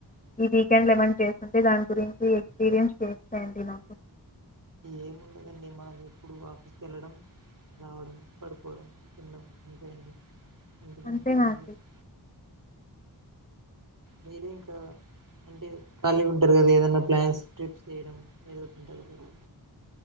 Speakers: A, on the left (about 20°); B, on the right (about 50°).
A: ఈ వీకెండ్ లెమం చేసింటే దాని గురించి ఎక్స్పీరియన్స్ షేర్ చేయండి నాకు
B: ఏముండదండి మాకు ఎప్పుడు ఆఫీస్ కి వెళ్ళడం రావడం పడుకోవడం తినడం ఉంటదండి <inaudible>
A: అంతేనా అండి?
B: మీరే ఇంకా అంటే ఖాళీగా ఉంటారు కదా ఏదనా ప్లాన్స్ ట్రిప్స్ చేయడం ఏదో ఒకటి ఉంటది కదా